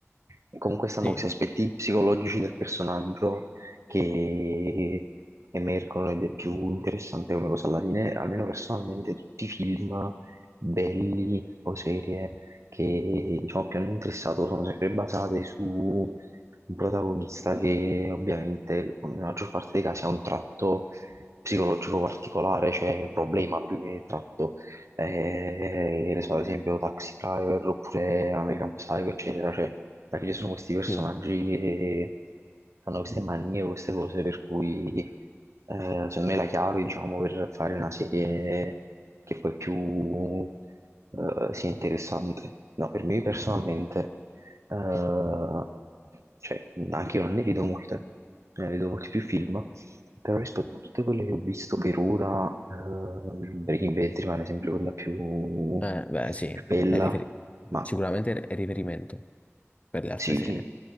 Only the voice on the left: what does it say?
Sì,
sì.
Eh, beh, sì,
è riferi-
sicuramente è riferimento per le altre
serie.